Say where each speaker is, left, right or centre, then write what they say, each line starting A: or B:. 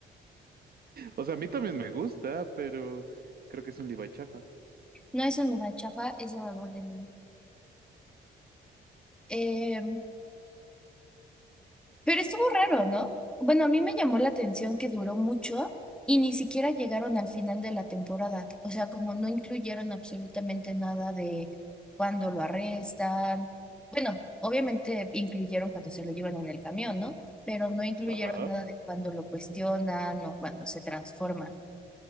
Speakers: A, on the right; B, in the centre.
A: O sea, a mí también me gusta, pero creo que es un Levi chafa.
B: No es una chafa, es el amor de mí. Em, Pero estuvo raro, ¿no? Bueno, a mí me llamó la atención que duró mucho y ni siquiera llegaron al final de la temporada. O sea, como no incluyeron absolutamente nada de cuando lo arrestan. Bueno, obviamente incluyeron cuando se lo llevan en el camión, ¿no? Pero no incluyeron
A: Ajá.
B: nada de cuando lo cuestionan o cuando se transforma.